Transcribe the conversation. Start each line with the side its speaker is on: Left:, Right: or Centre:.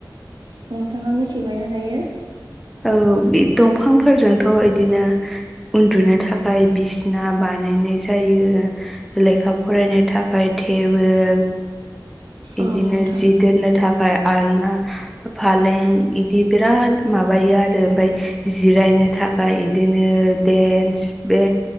Right: नोंथाङा मिथिबायना दायो?
Centre: औ बे दंफांफोरजोंथ' बिदिनो उन्दुनो थाखाय बिसिना बानायनाय जायो लेखा फरायनो थाखाय थेबोल बिदिनो
Right: औ नोंथां।
Centre: जि दोननो थाखाय आलना फालें इदि बिराद माबायो आरो ओमफ्राय जिरायनो थाखाय बिदिनो देन्स बे